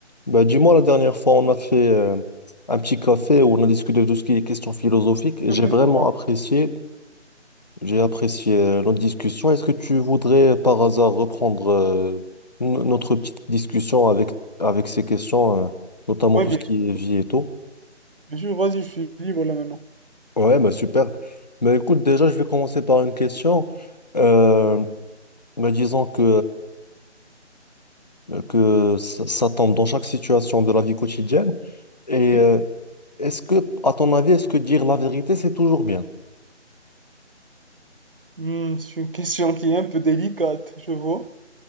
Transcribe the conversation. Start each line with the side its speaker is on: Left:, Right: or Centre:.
Left: Bah, dis-moi, la dernière fois, on a fait euh, un petit café où on a discuté de tout ce qui est questions philosophiques et
Right: Mhm.
Left: j'ai
Right: Tu me
Left: vraiment
Right: racontes-
Left: apprécié. J'ai apprécié euh, notre discussion. Est-ce que tu voudrais par hasard reprendre euh, no- notre petite discussion avec, avec ces questions, euh, notamment
Right: Oui,
Left: tout
Right: bien
Left: ce qui
Right: sûr.
Left: est vie et tout?
Right: bien sûr. Vas-y, je suis libre là maintenant.
Left: Ouais, bah super. Mais écoute, déjà, je vais commencer par une question. Euh, bah, disons que euh, que ça, ça tombe dans chaque situation de la vie quotidienne. Et
Right: Oui,
Left: euh, est-ce que, à ton avis, est-ce que dire la vérité, c'est toujours bien?
Right: Hmm, c'est une question qui est un peu délicate, je vois.